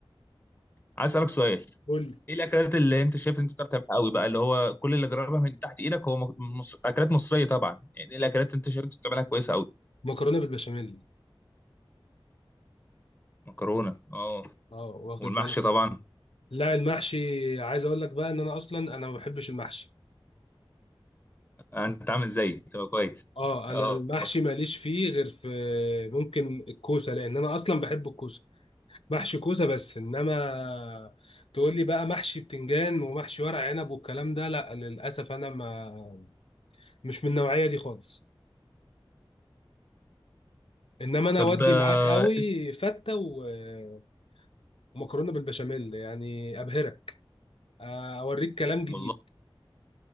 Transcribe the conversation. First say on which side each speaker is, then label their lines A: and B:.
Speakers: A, on the left; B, on the left.
A: عايز اسالك سؤال
B: قول
A: ايه الاكلات اللي انت شايف إن انت بتعرف تعملها قوي بقى اللي هو كل اللي جربها من تحت ايدك هو مك- مص... اكلات مصريه طبعا يعني ايه الاكلات
B: لي
A: اللي انت شايف إن انت بتعملها كويسه قوي
B: مكرونه بالبشاميل
A: مكرونه اه
B: اه واخد
A: والمحشي
B: بالك
A: طبعا
B: لا المحشي عايز اقول لك بقى ان انا اصلا انا ما بحبش المحشي
A: آه، انت عامل زيي تبقى كويس
B: اه
A: اه
B: انا المحشي ماليش فيه غير في ممكن الكوسه لان انا اصلا بحب الكوسه محشي كوسه بس انما تقول لي بقى محشي بتنجان ومحشي ورق عنب والكلام ده لا للاسف انا ما مش من النوعيه دي خالص انما انا
A: طب
B: اودي
A: آه،
B: معاك قوي فته و- ومكرونه بالبشاميل يعني ابهرك آه، اوريك كلام جديد
A: والله